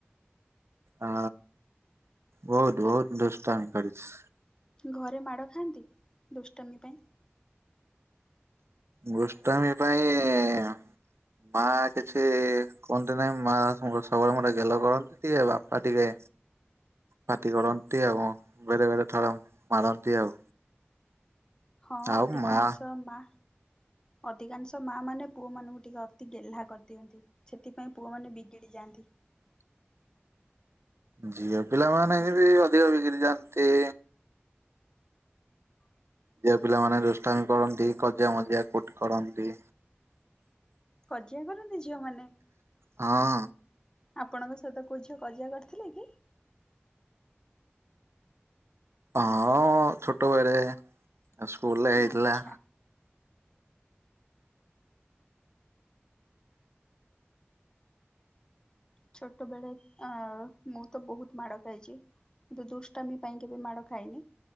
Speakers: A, on the right; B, on the left.
A: ହ ବହୁତ ବହୁତ ଦୁଷ୍ଟମି କରିଛି।
B: ଘରେ ମାଡ଼ ଖାଆନ୍ତି ଦୁଷ୍ଟମି ପାଇଁ?
A: ଦୁଷ୍ଟମୀ ପାଇଁ ମା କିଛି କୁହନ୍ତି ନାହିଁ ମା ସବୁବେଳେ ଗୋଟେ ଗେଲ କରନ୍ତି ଆଉ ବାପା ଟିକେ
B: ହ
A: ପାଟି କରନ୍ତି ଆଉ ବେଳେ ବେଳେ ଥର ମାରନ୍ତି ଆଉ
B: ହଁ
A: ଆଉ
B: ଅଧିକାଂଶ
A: ମା
B: ମା ଅଧିକାଂଶ ମା ମାନେ ପୁଅମାନଙ୍କୁ ଟିକେ ଅତି ଗେହ୍ଲା କରିଦିଅନ୍ତି। ସେଥିପାଇଁ ପୁଅମାନୋନ ବିଗିଡ଼ି ଯାଆନ୍ତି।
A: ଝିଅ ପିଲାମାନେ ବି ଅଧିକ ବିଗିଡି ଯାଆନ୍ତି। ଝିଅ ପିଲାମାନେ ରୋଷ୍ଟାମ କରନ୍ତି କଜିଆ ମଜିଆ କୁଠ କରନ୍ତି।
B: କଜିଆ କରନ୍ତି ଝିଅମାନେ?
A: ହଁ।
B: ଆପଣଙ୍କ ସହିତ କୋଉ ଝିଅ କଜିଆ କରିଥିଲା କି।
A: ହଁ ଛୋଟବେଳେ ଆଉ ସ୍କୁଲରେ ହେଇଥିଲା।
B: ଆଚ୍ଛା ଛୋଟବେଳେ, ଅ ମୁଁ ତ ବହୁତ ମାଡ ଖାଇଛି। କିନ୍ତୁ ଦୁଷ୍ଟାମୀ ପାଇଁ କେବେ ମାଡ ଖାଏନି,